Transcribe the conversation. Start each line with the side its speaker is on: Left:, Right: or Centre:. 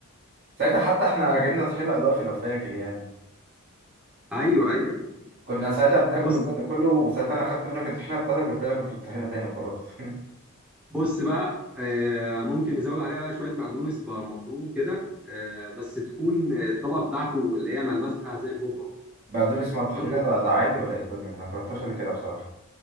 Right: ساعتها حتى احنا جبنا طحينة إضافي لو فاكر يعني
Centre: ايوه ايوه
Right: كنا ساعتها بناكل
Centre: بص
Right: وبدا كله وساعتها انا خدت منك الطحينه بتاعتك قلت لك اطلب طحينه تاني وخلاص <laughs>
Centre: بص بقى آه، ممكن نزود عليها بقى شويه بقدونس بقى مفروم كده آه، بس تكون الطبقه بتاعته اللي هي ملمسها زي البودره
Right: بقدونس مع الطحينه
Centre: برضو
Right: ده, ده عادي ولا ايه الدنيا انا مجربتهاش قبل كده بصراحه